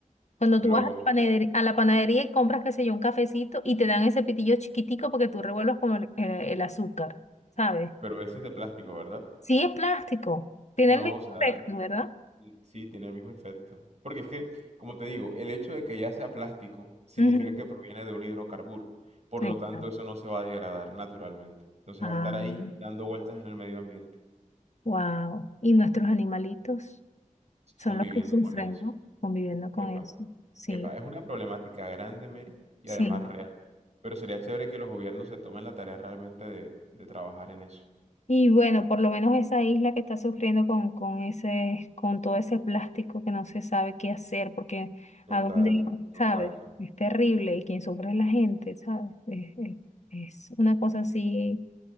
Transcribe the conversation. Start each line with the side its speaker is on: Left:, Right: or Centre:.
Left: Cuando
Right: los...
Left: tú vas a la panadería, a la panadería y compras, qué sé yo, un cafecito y te dan ese pitillo chiquitico porque tú revuelvas como el, eh, el azúcar, ¿sabes?
Right: Pero ese es de plástico, ¿verdad?
Left: Sí es plástico, tiene
Right: No,
Left: el mismo
Right: o sea,
Left: efecto, ¿verdad?
Right: Sí, tiene el mismo efecto. Porque es que, como te digo, el hecho de que ya sea plástico significa
Left: Ujú,
Right: que proviene de un hidrocarburo. Por
Left: Exacto.
Right: lo tanto, eso no se va a degradar naturalmente. Entonces
Left: Ay,
Right: va a estar ahí dando vueltas en el medio ambiente,
Left: wow. Y nuestros animalitos son
Right: conviviendo
Left: los que sufren,
Right: con eso.
Left: ¿no? Conviviendo con
Right: Epa,
Left: eso. Sí,
Right: epa, es una problemática grande, Mary, y
Left: sí,
Right: además real. Pero sería chévere que los gobiernos se tomen la tarea realmente de, de trabajar en eso.
Left: Y bueno, por lo menos esa isla que está sufriendo con, con ese, con todo ese plástico que no se sabe qué hacer, porque
Right: Total,
Left: a dónde,
Right: total,
Left: ¿sabes? Es terrible y quien sufre es la gente, ¿sabes? Es, es- es una cosa así,